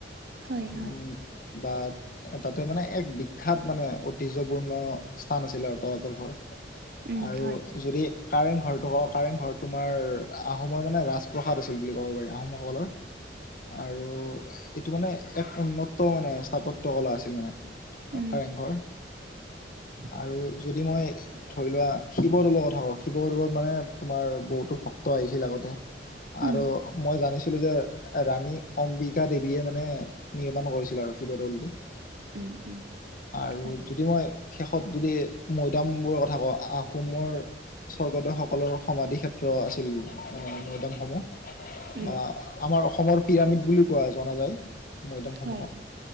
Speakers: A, on the right (about 55°); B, on the left (about 45°).
A: হয়
B: উম্
A: হয়
B: বা তাতে মানে এক বিখ্যাত মানে ঐতিহ্যপূৰ্ণ স্থান আছিলে আৰু তলাতল ঘৰ।
A: উম
B: আৰু
A: হয়
B: যদি কাৰেং ঘৰটো ক কাৰেং ঘৰটো তোমাৰ আহোমৰ মানে ৰাজপ্ৰসাদ আছিল বুলি ক'ব পাৰি আহোমসকলৰ। আৰু এইটো মানে এক উন্নত মানে স্থাপত্য কলা আছিল মানে।
A: উম
B: কাৰেংঘৰ।
A: <inaudible>
B: আৰু যদি মই ধৰি লোৱা শিৱদৌলৰ কথা কওঁ, শিৱদৌলত মানে তোমাৰ বহুতো ভক্ত আহিছিল আগতে।
A: উম
B: আৰু মই জানিছিলো যে ৰাণী অম্বিকা দেৱীয়ে মানে নিৰ্মাণ কৰিছিল আৰু শিৱদৌলটো।
A: উম উম
B: আৰু
A: হয়
B: যদি মই শেষত যদি মৈদামবোৰৰ কথা কওঁ আহোমৰ স্বৰ্গদেউ সকলৰ সমাধি ক্ষেত্ৰ আছিল মান মৈদাম সমূহ। বা
A: উম
B: আমাৰ অসমৰ পিৰামিড বুলি কোৱা জনা যায়। মৈদাম সমূহক
A: হয়